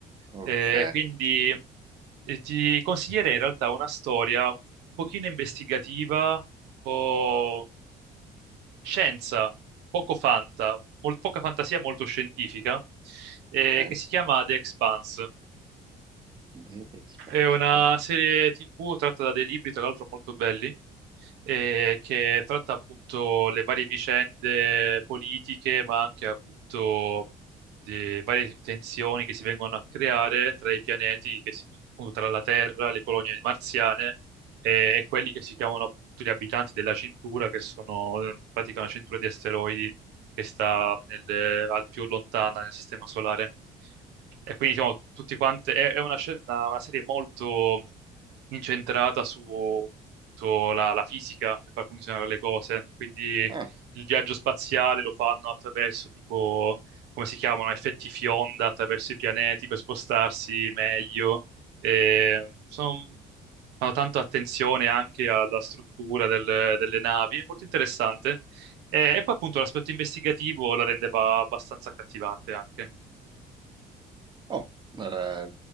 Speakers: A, on the right (about 25°); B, on the right (about 85°).
A: Ok,
B: Eh, quindi eh, ti consiglierei in realtà una storia un pochino investigativa, un po' scienza, poco fanta, mol- poca fantasia, molto scientifica, eh,
A: ok.
B: che si chiama The Expanse.
A: The Expanse.
B: È una
A: ok.
B: serie TV tratta da dei libri, tra l'altro molto belli, eh, che tratta appunto le varie vicende politiche, ma anche appunto le varie tensioni che si vengono a creare tra i pianeti, che si- appunto, tra la Terra, le colonie marziane e, e quelli che si chiamano appunto gli abitanti della cintura, che sono eh, in pratica una cintura di asteroidi che sta nel- al più lontana nel sistema solare. E quindi diciamo, tutti quanti, è, è una, scena- una- una serie molto incentrata su, sulla la fisica per far funzionare le cose, quindi
A: Ah,
B: il viaggio spaziale lo fanno attraverso tipo, come si chiamano, effetti fionda attraverso i pianeti per spostarsi meglio. E sono fanno tanto attenzione anche alla struttura delle, delle navi, è molto interessante. E, e poi appunto l'aspetto investigativo la rendeva abbastanza accattivante anche.
A: oh, eh,